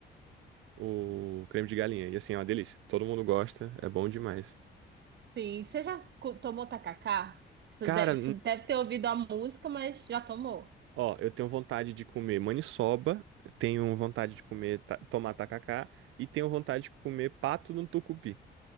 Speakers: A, on the right; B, on the right.
A: o creme de galinha. E assim, é uma delícia. Todo mundo gosta, é bom demais.
B: Sim, você já co- tomou tacacá? Você
A: Cara,
B: deve, você deve ter ouvido a música, mas já tomou.
A: Ó, eu tenho vontade de comer maniçoba, tenho vontade de comer ta tomar tacacá e tenho vontade de comer pato no tucupi.